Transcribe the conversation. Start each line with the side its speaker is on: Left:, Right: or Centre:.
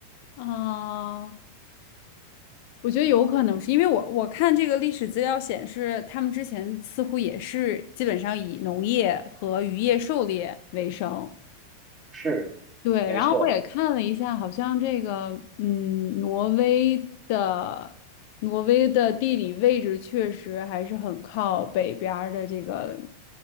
Left: 啊，我觉得有可能是因为我我看这个历史资料显示，他们之前似乎也是基本上以农业和渔业狩猎为生，
Right: 是，
Left: 对，
Right: 没错，
Left: 然后我也看了一下，好像这个，嗯，挪威的挪威的地理位置确实还是很靠北边儿的，这个